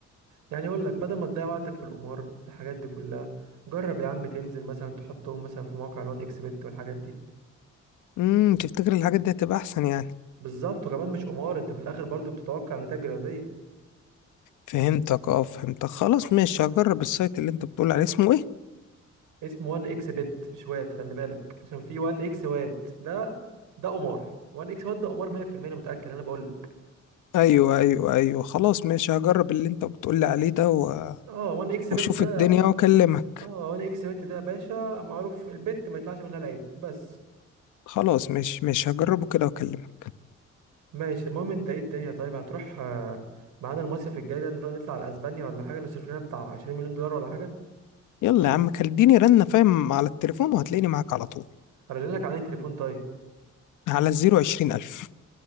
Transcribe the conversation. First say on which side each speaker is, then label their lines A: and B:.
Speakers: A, on the right (about 85°); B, on the left (about 85°).
A: يعني أقول لك بدل ما تضيع وقتك في القمار الحاجات دي كلها جرب يا عم تنزل مثلا تحطهم مثلا في موقع الوان اكس بت والحاجات دي
B: امم تفتكر الحاجات دي هتبقى احسن يعني
A: بالظبط وكمان مش قمار انت في الاخر برضو بتتوقع نتائج رياضيه
B: فهمتك اه فهمتك خلاص ماشي هجرب السايت اللي انت بتقول عليه اسمه ايه
A: اسمه وان اكس بت مش واد خلي بالك عشان في وان اكس واد ده ده قمار وان اكس واد ده قمار 100% انا متاكد انا بقول
B: ايوه ايوه ايوه خلاص ماشي هجرب اللي انت بتقولي عليه ده و-
A: اه 1 اكس بت
B: واشوف
A: ده
B: الدنيا واكلمك
A: اه 1 اكس بت ده يا باشا معروف البت ما يطلعش منها لعيبه بس
B: خلاص ماشي ماشي هجربه كده واكلمك
A: ماشي المهم انت ايه الدنيا طيب هتروح آه، معانا المصيف الجاي ده نروح نطلع على اسبانيا ولا حاجه نصرف لنا بتاع 20 مليون دولار ولا حاجه
B: يلا يا عم كلمني رنة فاهم على التليفون وهتلاقيني معاك على طول
A: هرن لك على التليفون طيب
B: على الزيرو عشرين الف